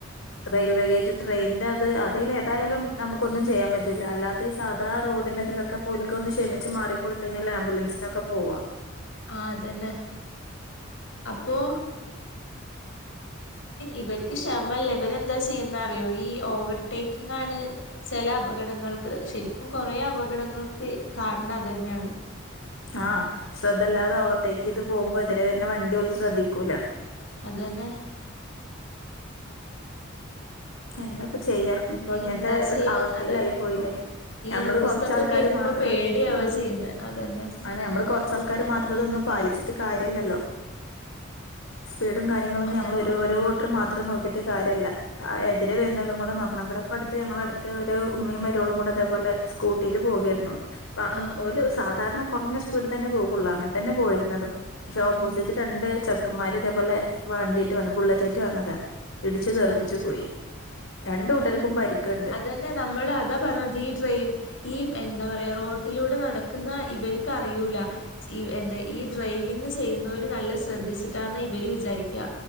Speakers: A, on the left (about 80°); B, on the left (about 65°).
A: റെയിൽവേഗേറ്റ് ട്രെയിനിന്റെ അത് അതിൽ ഏതായാലും നമുക്ക് ഒന്നും ചെയ്യാൻ പറ്റില്ല അല്ലാത്ത ഈ സാധാ റോഡിലൊക്കെ ഒന്ന് ക്ഷമിച്ച് മാറി കൊടു കഴിഞ്ഞാൽ ആംബുലൻസി ഒക്കെ പോവും
B: ആ അതന്നെ അപ്പൊ ഇവർക്ക് ക്ഷമല്ല ഇവരെ എന്താ ചെയ്യുന്ന അറിയോ ഈ ഓവർടേക്കിംഗണ് ചില അപകടങ്ങൾക്ക് ശരിക്കും കൊറെ അപകടങ്ങൾക്ക് കാരണം അത് തന്നെയാണ്.
A: ആഹ് ശ്രദ്ധല്ലാതെ ഓവർടേക്ക് ചെയ്ത് പോുമ്പോ അതിനരെ വരുന്ന വണ്ടി പോലും ശ്രദ്ധിക്കൂല
B: അതന്നെ
A: എന്താപ്പ ചെയ്യാം ഇപ്പൊ ഇങ്ങനത്തെ
B: എന്താ ചെയ്യാ
A: അവസ്ഥയിലായി
B: അതന്നെ
A: പോയില്ലേ
B: ഓ ഈ
A: നമ്മള്
B: ന്യൂസൊക്കെ
A: കൊറച്ചാൾക്കാര്
B: കേക്കുമ്പോ
A: മാത്രം
B: പേടിയാവാ
A: ആ
B: ചെയ്യുന്നെ അതന്നെ
A: അങ്ങനെ നമ്മള് കൊറ കുറച്ച ആൾക്കാര്ർ മാത്രം അതൊന്നും പാലിച്ചിട്ട് കാരിയല്ലിയല്ലോ സ്പീഡും കാര്യങ്ങളൊന്നും
B: അതന്നെ
A: നമ്മൾ ഓരോർത്തർ മാത്രം നോക്കിയിട്ട് കാര്യമല്ല എതിരെ വരുന്നലും കൂടെ നോക്കണം ഇവിടെപ്പപ്പോ അടുത്ത് ഞങ്ങള അടുത്ത് ഒരു ഉമ്മയും മരോളും കൂടെ അതേപോലെ സ്കൂട്ടിൽ പോകായിരുന്ന്
B: ആ ആ
A: ഒരു സാധാരണ കുറഞ്ഞ സ്പീഡ് തന്നെ പോകുള്ളൂ അങ്ങനെ തന്നെ പോയിരുന്നതും പക്ഷെ ഓപ്പോസിറ്റ്
B: ഉം
A: രണ്ട് ചക്കന്മാര് ഇതേപോലെ വണ്ടിയിട്ട് വന്ന ബുള്ളറ്റായിട്ട് വന്നതാ ഇടിച്ചു തെറുപ്പിച്ചു
B: ആ
A: പോയി രണ്ട് കൂട്ടർക്കും പരിക്കുണ്ട്.
B: പിന്നെ നമ്മള് അതാ പറഞ്ഞത് ഈ ഡ്രൈവിങ് ഈ എന്താ പറയാ റോട്ടിലൂടെ നടക്കുന്ന ഇവർക്ക് അറിയൂല ഈ എന്താ ഈ ഡ്രൈവിങ് ചെയ്യുന്നവര് നല്ല ശ്രദ്ധിച്ചിട്ടാന്ന് ഇവര് വിചാരിക്കുക